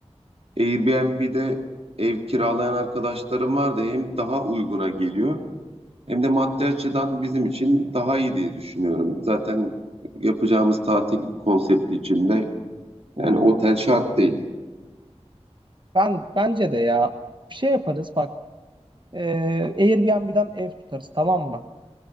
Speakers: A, on the right; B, on the right.
A: Airbnb'de ev kiralayan arkadaşlarım vardı. Hem daha uyguna geliyor hem de maddi açıdan bizim için daha iyi diye düşünüyorum. Zaten yapacağımız tatil konsepti içinde yani otel şart değil.
B: Ben bence de ya bir şey yaparız bak. E, Airbnb'den ev tutarız tamam mı?